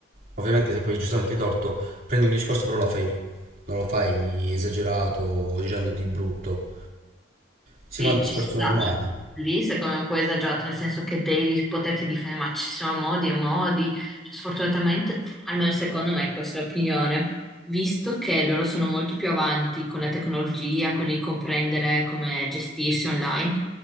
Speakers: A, on the right; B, in the centre.
A: Ovviamente se poi giustamente hai torto, prendi un discorso però lo fai, non lo fai esagerato o girando di brutto. Si
B: Sì,
A: fa un discorso
B: ci sta,
A: normale.
B: cioè, lì secondo me è un po' esagerato, nel senso che devi poterti difendere, ma ci sono modi e modi. Cioè, sfortunatamente, almeno secondo me, questa è l'opinione. Visto che loro sono molto più avanti con la tecnologia, con il comprendere come gestirsi online,